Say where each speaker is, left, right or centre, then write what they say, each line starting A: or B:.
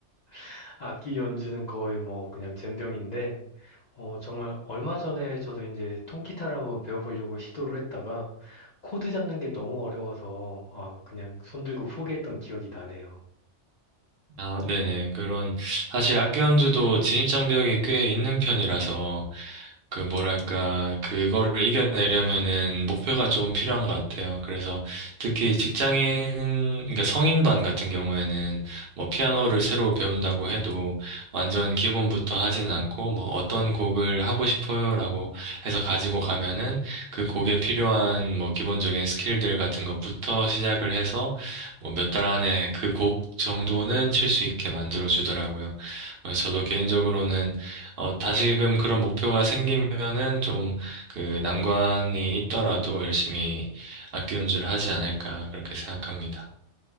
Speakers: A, on the left; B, on the right.
A: <laughs> 악기 연주는 거의 뭐 그냥 젬병인데 어, 정말 얼마 전에 저도 이제 통기타를 한번 배워보려고 시도를 했다가 코드 잡는 게 너무 어려워서 아, 그냥 손 들고 포기했던 기억이 나네요.
B: 아, 네네. 그런, 사실 악기 연주도 진입장벽이 꽤 있는 편이라서, 그, 뭐랄까, 그거를 이겨내려면은 목표가 좀 필요한 것 같아요. 그래서 특히 직장인, 그러니까 성인반 같은 경우에는 뭐 피아노를 새로 배운다고 해도 완전 기본부터 하진 않고 뭐 어떤 곡을 하고 싶어요라고 해서 가지고 가면은 그 곡에 필요한 뭐 기본적인 스킬들 같은 것부터 시작을 해서 뭐 몇 달 안에 그 곡 정도는 칠 수 있게 만들어주더라고요. 어, 저도 개인적으로는 어, 다시금 그런 목표가 생기면은 좀 그 난관이 있더라도 열심히 악기 연주를 하지 않을까 그렇게 생각합니다.